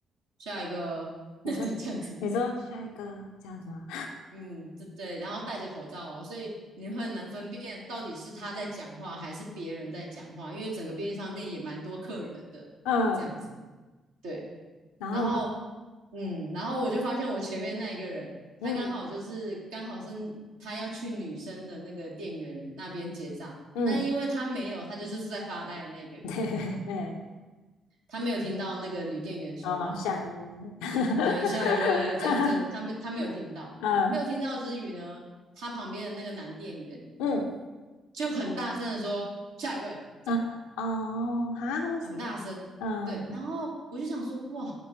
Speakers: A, on the right (about 70°); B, on the left (about 70°).
A: “下一个 <laughs>，
B: 你说是，
A: 这样子。”
B: 你说下一个这样子吗？
A: 嗯，对对，然后戴着口罩哦，所以你会很难分辨到底是他在讲话还是别人在讲话，因为整个便利商店也蛮多客人的，
B: 嗯，
A: 这样子。对，然后
B: 然后呢？
A: 嗯，然后我就发现我前面那一个人，
B: 嗯
A: 他刚好就是刚好是他要去女生的那个店员那边结账，
B: 嗯，
A: 但因为他没有，他就是在发呆的那个人，
B: <laughs> 对对对，
A: 他没有听到那个女店员说话。
B: 哦，下一位。<laughs>
A: 呃，下一位这样，这他没他没有听到，
B: 嗯
A: 没有听到之余呢，他旁边的那个男店员。
B: 嗯，
A: 就很大声的说下一位，这样
B: 嗯哦，哈，我是
A: 很大声。
B: 嗯，
A: 对，然后我就想说，哇，